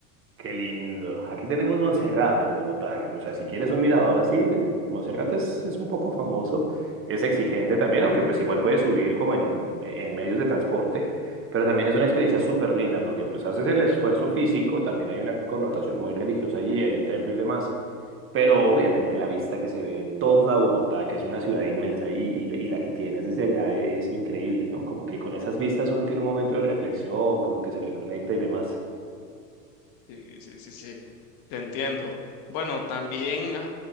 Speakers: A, on the right (about 25°); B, on the left (about 45°).
A: Qué lindo. Aquí tenemos Monserrate en Bogotá. O sea, si quieres un mirador así, eh, Monserrate es, es un poco famoso. Es exigente también, aunque pues igual puedes subir como en, e-, en medios de transporte. Pero también es una experiencia súper linda porque pues haces el esfuerzo físico, también hay una connotación muy religiosa allí, hay un templo y demás. Pero obviamente la vista que se ve de toda Bogotá, que es una ciudad inmensa y, y- y la que tienes desde allá e- es, increíble, ¿no? Como que con esas vistas uno tiene un momento de reflexión, como que se reconecta y demás.
B: Sí, sí, sí, sí. Te entiendo. Bueno, también ah,